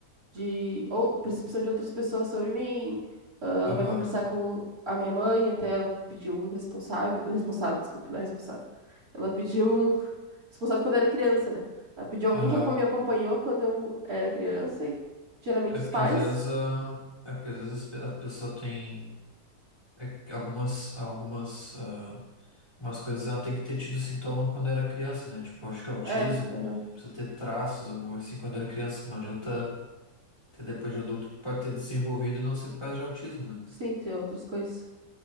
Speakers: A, on the right; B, on the left.
A: de ou percepção de outras pessoas sobre mim. ah, ela
B: aham.
A: vai conversar com a minha mãe, até ela pediu um responsável, responsável, desculpa, não é responsável. Ela pediu um <laughs> responsável quando eu era criança, né? Ela pediu alguém
B: Aham.
A: que acom- me acompanhou quando eu era criança, e geralmente
B: É
A: os
B: porque
A: pais.
B: às vezes, ah, é porque às vezes a pessoa tem é que algumas, algumas, ah, umas coisas ela tem que ter tido sintoma quando era criança, né? Tipo, acho que é autismo
A: É, aham.
B: precisa ter traços, alguma coisa assim, quando era criança. que Não adianta ter depois de adulto, pode ter desenvolvido e não ser por causa de autismo, né?
A: Sim, tem outras coisas.